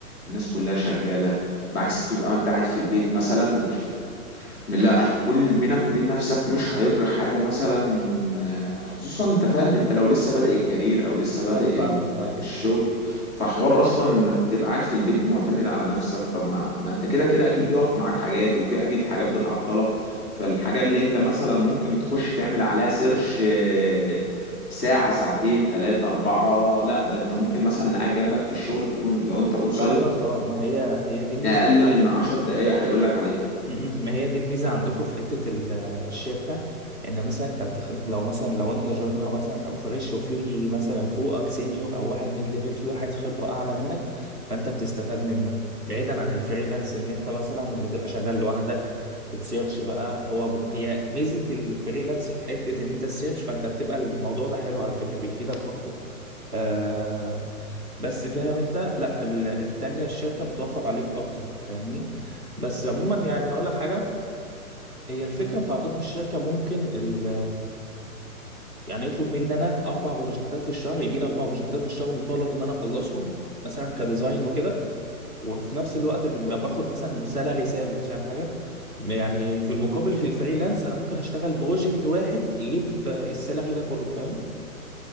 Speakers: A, on the left; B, on the right.
A: الناس كلها شغاله بعكس بتبقى انت قاعد في البيت مثلا لا هتقول بينك وبين نفسك مش هيجرى حاجة مثلا آه، خصوصا انت فاهم انت لو لسه بادئ الكارير او لسه بادئ
B: اه فاهمك
A: ال-
B: فاهم
A: الشغل فحوار اصلا انك تبقى قاعد في البيت معتمد على نفسك طب ما, ما انت كده كده اكيد بيقف معاك حاجات وفي اكيد حاجات بتعطلك فالحاجة اللي انت مثلا ممكن تخش تعمل عليها سيرش آه، ساعة ساعتين تلاتة أربعة لا ده انت ممكن مثلا اللي قاعد جنبك في الشغل في الأون لو انت اون سايت
B: فاهمك اه ما هي هي دي الميزه
A: أقل
B: بتاعت
A: من عشر دقايق هيقول لك عليها
B: م-م. ما هي دي الميزه عندكم في حته ال- الشركه ان مثلا انت بتاخد لو مثلا لو انت جونيور مثلا او فريش وفي مثلا فوقك سينيور او واحد ميد ليفل في واحد خبره اعلى منك فانت بتستفاد منه بعيدا عن الفريلانس ان انت مثلا بتبقى شغال لوحدك بتسيرش بقى هو ب... هي ميزه الفريلانس في حته ان انت السيرش فانت بتبقى الموضوع ده حلو على فكره بيفيدك برضه آه بس فاهم انت لا ال- التانيه الشركه بتوفر عليك اكتر فاهمني بس عموما يعني هقول لك حاجه هي الفكره انتوا عندكم في الشركه ممكن ال يعني يطلب مني ان انا اربع بروجكتات في الشهر يجي لي اربع بروجكتات في الشهر مطالب ان انا اخلصهم مثلا كديزاين وكده وفي نفس الوقت ب- باخد مثلا سالاري ثابت فاهم حاجه يعني في المقابل في الفريلانس انا ممكن اشتغل بروجكت واحد يجيب آه، السالاري ده كله فاهم